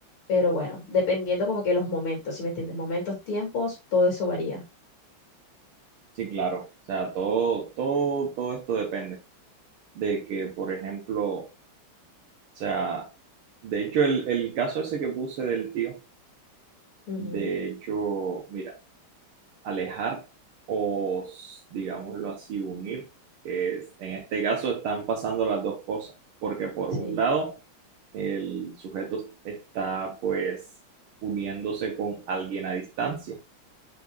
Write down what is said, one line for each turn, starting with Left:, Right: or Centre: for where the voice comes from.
Left: Pero bueno, dependiendo como que los momentos, si me entiendes? Momentos, tiempos, todo eso varía.
Right: Sí, claro. O sea, todo, todo, todo esto depende de que, por ejemplo, o sea, de hecho, el, el caso ese que puse del tío,
Left: Ujú,
Right: de hecho, mira, alejar o, s- digámoslo así, unir, es- en este caso están pasando las dos cosas, porque por
Left: Sí,
Right: un lado, el sujeto está pues uniéndose con alguien a distancia,